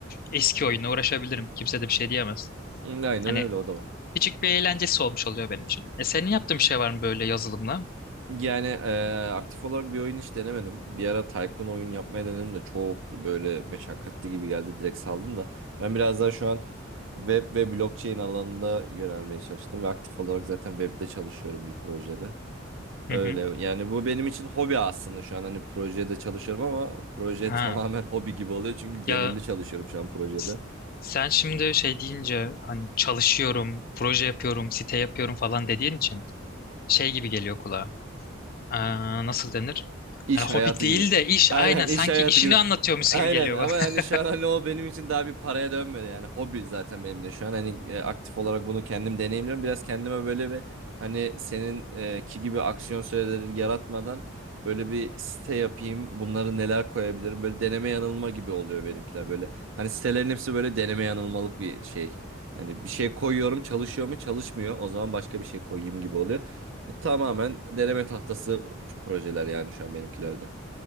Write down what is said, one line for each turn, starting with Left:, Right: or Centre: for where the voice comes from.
Left: eski oyunla uğraşabilirim. Kimse de bir şey diyemez.
Right: Hı, Aynen
Left: Hani
Right: öyle o da var.
Left: küçük bir eğlencesi olmuş oluyor benim için. E senin yaptığın bir şey var mı böyle yazılımla?
Right: Yani eee, aktif olarak bir oyun hiç denemedim. Bir ara Tycoon oyun yapmaya denedim de çok böyle meşakkatli gibi geldi. Direkt saldım da. Ben biraz daha şu an web ve blockchain alanında yönelmeye çalıştım ve aktif olarak zaten webde çalışıyorum bir projede. Öyle
Left: Hı hı.
Right: yani bu benim için hobi aslında şu an hani projede çalışıyorum ama proje
Left: Ha.
Right: <laughs> tamamen hobi gibi oluyor çünkü gönüllü
Left: Ya
Right: çalışıyorum şu an projede.
Left: S- Sen şimdi şey deyince hani çalışıyorum, proje yapıyorum, site yapıyorum falan dediğin için şey gibi geliyor kulağa. Aa, nasıl denir?
Right: İş
Left: Hani hobi
Right: hayatı
Left: değil
Right: gibi.
Left: de iş
Right: Aynen
Left: aynen sanki
Right: iş hayatı
Left: işini
Right: gibi.
Left: anlatıyormuş
Right: Aynen
Left: gibi geliyor
Right: ama
Left: bana.
Right: hani
Left: <laughs>
Right: şu an hani o benim için daha bir paraya dönmedi yani hobi zaten benim de şu an hani e, aktif olarak bunu kendim deneyimliyorum biraz kendime böyle bir hani senin e, ki gibi aksiyon süreleri yaratmadan böyle bir site yapayım bunları neler koyabilirim böyle deneme yanılma gibi oluyor benimkiler böyle hani sitelerin hepsi böyle deneme yanılmalık bir şey hani bir şey koyuyorum çalışıyor mu çalışmıyor o zaman başka bir şey koyayım gibi oluyor bu tamamen deneme tahtası şu projeler yani şu an benimkilerde.